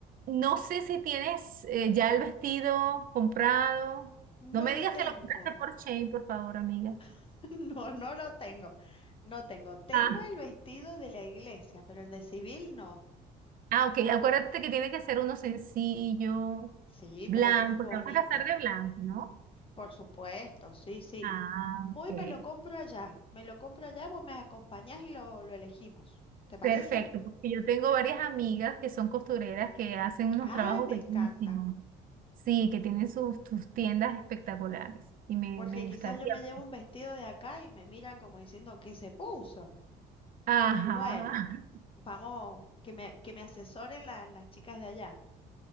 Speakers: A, on the right; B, on the left.
A: no sé si tienes eh, ya el vestido comprado. No
B: No
A: me
B: lo
A: digas
B: tengo.
A: que lo compraste por Shein, por favor, amiga.
B: <laughs> No, no lo tengo. No tengo. Tengo
A: Ah.
B: el vestido de la iglesia, pero el de civil no.
A: Ah, ok, acuérdate que tiene que ser uno sencillo,
B: Sí,
A: blanco,
B: pero muy bonito.
A: te vas a casar de blanco, ¿no?
B: Por supuesto, sí, sí.
A: Ah,
B: Voy,
A: ok.
B: me lo compro allá. Me lo compro allá, vos me acompañás y lo, lo elegimos. ¿Te parece?
A: Perfecto, porque yo tengo varias amigas que son costureras que hacen unos
B: Ay,
A: trabajos
B: me
A: bellísimos.
B: encanta.
A: Sí, que tienen sus, sus tiendas espectaculares y me,
B: Porque
A: me gustaría,
B: quizás yo me llevo
A: pues.
B: un vestido de acá y me miran como diciendo qué se puso.
A: Ajá,
B: Y bueno,
A: <laughs>
B: vamos, que me, que me asesoren la- las chicas de allá.